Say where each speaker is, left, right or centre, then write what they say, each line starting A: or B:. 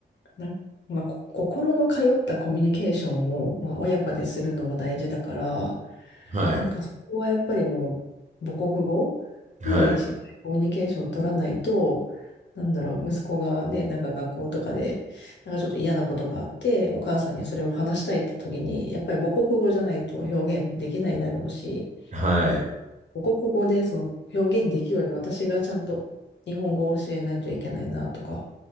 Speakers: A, on the left; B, on the right.
A: なんかまあ、こ心の通ったコミュニケーションを、まあ、親子でするのは大事だから、
B: はい。
A: なんかそこはやっぱりもう母国語でしっかりコミュニケーション取らないと、
B: はい。
A: なんだろう、息子がね、なんか学校とかで、なんかちょっと嫌なことがあって、お母さんにそれを話したいって時に、やっぱり母国語じゃないと表現できないだろうし、
B: はい。
A: 母国語でその表現できるように私がちゃんと日本語を教えないといけないなとか